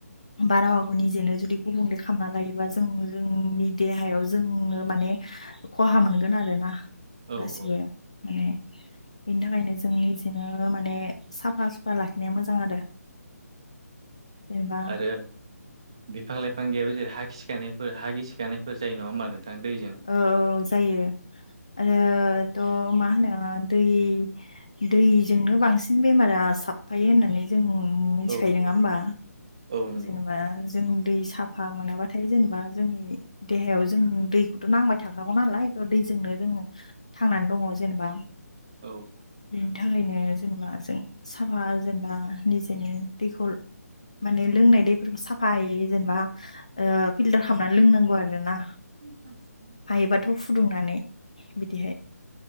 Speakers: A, on the left; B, on the right.
A: बा रावाखौ निजेनो जुदि गुबुंले खालामामना लायोबा जों जोंनि देहायाव जोंनो माने। खहा मोनगोन आरोना
B: औ
A: गासिबो।
B: <inaudible>
A: माने बेनि थाखायनो जों निजेनो माने साफा सुफा लाखिनाया मोजां आरो। जेनेबा
B: आरो बिफां लाइफां गैयाबो जेरै ह खिखानायफोर हा गिखानायफोर जायो नङा होमबा नोंथां दैजों।
A: औ जायो आरोथ' मा होनो दै। दैजोंनो बांसिन बेमारा साब थफायो होननानै जों मिथिखायो
B: औ
A: नङा
B: औ
A: होमबा
B: औ नंगौ
A: जेनेबा जों दै साफा मोनाबाथाय जेनेबा जोंनि देहायाव जों दैखौ नांबाय थाखागौ नालाय थ दैजोंनो जोङो थांनानै दङ जेनेबा
B: औ।
A: बेनि थाखायनो जेनेबा जों साफा जेनेबा निजेनि दैखौ। माने लोंनाय दैफोरखौ साफायै जेनेबा फिलटार खालामनानै लोंनांगौ आरो ना?
B: बारसि
A: हायोबाथ' फुदुंनानै बिदिहाय